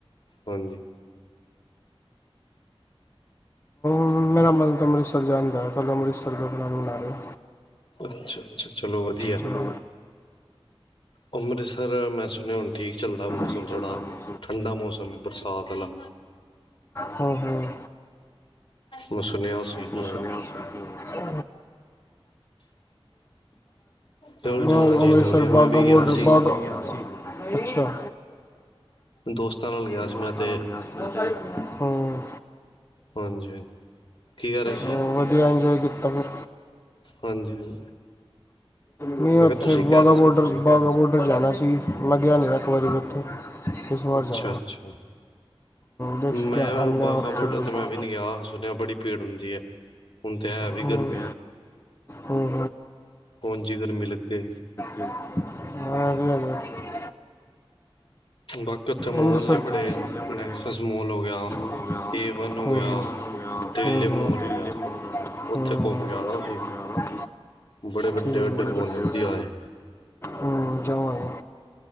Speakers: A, on the left; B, on the left.
A: ਹਾਂਜੀ!
B: ਮ ਮੇਰਾ ਮਨ ਤਾਂ ਅੰਮ੍ਰਿਤਸਰ ਜਾਣਦਾ ਐ। ਕੱਲ੍ਹ ਅੰਮ੍ਰਿਤਸਰ ਦਾ ਪਲੈਨ ਬਣਾ ਰੇ ਆ।
A: ਅੱਛ-ਅੱਛ ਚਲੋ ਵਧਿਐ।
B: ਚਲੋ
A: ਅੰਮ੍ਰਿਤਸਰ ਮੈਂ ਸੁਣਿਆ ਹੁਣ ਠੀਕ ਚਲਦਾ ਮੌਸਮ
B: ਠੀਕ
A: ਥੋੜਾ
B: ਚੱਲ
A: ਠੰਡਾ ਮੌਸਮ ਏ ਬਰਸਾਤ ਅਲਾ।
B: ਹਮ-ਹਮ!
A: ਮੈਂ ਸੁਣਿਆ ਸੀ
B: ਮੈਂ
A: ਹਮ।
B: ਸੁਣਿਆ ਸੀ
A: ਚੱਲ
B: ਉਹ
A: ਜਾਣਾ ਚਾਹੀਦਾ
B: ਅੰਮ੍ਰਿਤਸਰ
A: ਵਧੀਆ ਮੈਂ
B: ਬਾਗਾ
A: ਵੀ
B: ਬੋਡਰ
A: ਗਿਆ ਸੀ
B: ਬਾਗਾ ਅੱਛਾ
A: ਦੋਸਤਾਂ ਨਾਲ ਗਿਆ
B: ਦੋਸਤਾਂ
A: ਸੀ ਮੈਂ ਤੇ
B: ਨਾਲ ਗਿਆ ਸੀ। ਹਮ।
A: ਹਾਂਜੀ ਹਾਂਜੀ। ਕੀ ਕਹਿ ਰਹੇ ਸੀ
B: ਹੋਰ
A: ਜੀ
B: ਵਧੀਆ ਇੰਜੋਏ ਕੀਤਾ ਫਿਰ।
A: ਹਾਂਜੀ।
B: ਨਹੀਂ
A: ਮੈਂ
B: ਉੱਥੇ
A: ਕਿਹਾ ਤੁਸੀਂ ਕਹਿ
B: ਵਾਹਗਾ
A: ਰਹੇ ਸੀ
B: ਬੋਡਰ ਵਾਹਗਾ ਬੋਡਰ ਜਾਣਾ ਸੀ ਲੱਗਿਆ ਨਹੀਂ ਇੱਕ ਵਾਰੀ ਉੱਥੇ। ਵਾਰ
A: ਅੱਛਾ
B: ਜਾ
A: ਅੱਛਾ
B: ਦੇਖ
A: ਮੈਂ
B: ਕੇ ਆਂ ਨੇ
A: ਬਾਗਾ
B: ਵਕਥ
A: ਬੋਡਰ
B: ਕੋ
A: ਤੇ ਮੈਂ
B: <unintelligible>
A: ਵੀ ਨਹੀਂ ਗਿਆ ਸੁਣਿਆ ਬੜੀ ਭੀੜ ਹੁੰਦੀ ਹੈ ਹੁਣ ਤੇ ਹੈ ਵੀ
B: ਹਮ,
A: ਗਰਮੀਆਂ।
B: ਹਮ,
A: ਹੁਣ ਜਿ ਫੇਰ ਮਿਲ ਕੇ <unintelligible>
B: ਿਆ <unintelligible> ਹਾਂਧ ਲ <unintelligible>
A: ਬਾਕੀ ਉੱਥੇ ਮੋਲ
B: ਅੰਮ੍ਰਿਤਸਰ
A: ਨੇ ਬੜੇ
B: ਤਾਂ ਮੋਲ ਨੇ
A: ਨੈਕਸਸ
B: ਬੜੇ
A: ਮੋਲ ਹੋ ਗਿਆ।
B: ਹੋ ਗਿਆ
A: ਏਵਨ ਹੋ
B: ਹਮ,
A: ਗਿਆ
B: ਇਹ ਹਮ, ਹੋ ਗਿਆ
A: ਟ੍ਰਲੀਅਮ
B: ਹਮ, ਹਮ,
A: ਮੋਲ ਹੋ ਗਿਆ
B: ਹਮ,
A: ਉੱਥੇ ਘੁੰਮ ਕੇ
B: ਬੱਚੇ
A: ਆਨਾ
B: ਕੋਲ
A: ਸੀ।
B: ਗਿਆ ਨਾ
A: ਬੜੇ ਵੱਡੇ
B: ਠੀਕ
A: ਵੱਡੇ
B: ਬੜੇ
A: ਮਾਲ ਨੇ ਵਧੀਆ
B: ਵੱਡੇ
A: ਵਾਲੇ।
B: ਹਮ ਜਾਵਾਂਗੇ।